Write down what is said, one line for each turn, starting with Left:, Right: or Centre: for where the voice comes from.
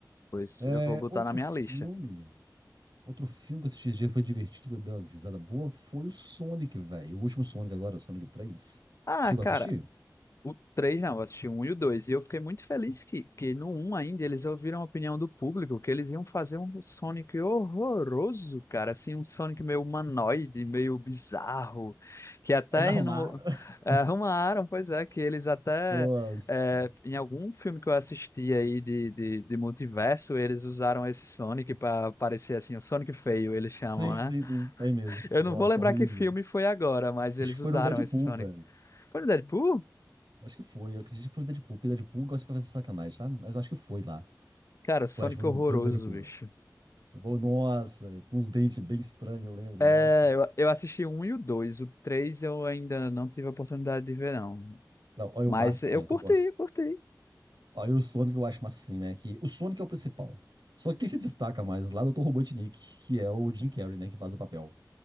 Left: Pois
Right: É,
Left: eu vou botar
Right: outro
Left: na minha
Right: filme.
Left: lista.
Right: Outro filme que eu assisti esse dia que foi divertido, que eu dei umas risadas boas, foi o Sonic, velho. O último Sonic agora, o Sonic três
Left: Ah,
Right: Chegou
Left: cara,
Right: a assistir?
Left: O 3 não, eu assisti o 1 e o dois E eu fiquei muito feliz que, que no um ainda eles ouviram a opinião do público, que eles iam fazer um Sonic horroroso, cara. Assim, um Sonic meio humanoide, meio bizarro. Que até
Right: Eles arrumaram.
Left: no,
Right: <laughs>
Left: eh, arrumaram, pois é, que eles até.
Right: Nossa.
Left: eh, em algum filme que eu assisti aí de, de, de multiverso, eles usaram esse Sonic para parecer assim, o Sonic feio, eles chamam,
Right: Sim,
Left: né?
Right: sim, sim. Tem mesmo.
Left: Eu
Right: Nossa,
Left: não vou lembrar
Right: horrível.
Left: que filme foi agora, mas eles
Right: Acho que
Left: usaram
Right: foi no Deadpool,
Left: esse Sonic.
Right: velho.
Left: Foi no Deadpool?
Right: Acho que foi, eu acredito que foi o Deadpool, porque Deadpool gosta de fazer sacanagem, sabe? Mas eu acho que foi lá.
Left: Cara,
Right: Foi,
Left: Sonic
Right: acho que foi
Left: é horroroso,
Right: no, foi no Deadpool,
Left: bicho.
Right: velho. Eu vou, Nossa, com os dentes bem estranhos, eu lembro,
Left: É,
Right: nossa.
Left: eu, eu assisti o 1 e o 2. O 3 eu ainda não tive a oportunidade de ver, não.
Right: Não, olha
Left: Mas
Right: o massa
Left: eu
Right: assim, ó,
Left: curti,
Right: que eu gosto.
Left: curti.
Right: Olha o Sonic, eu acho massa assim, né? Que o Sonic é o principal. Só que quem se destaca mais lá é o Dr. Robotnik, que é o Jim Carrey, né? Que faz o papel.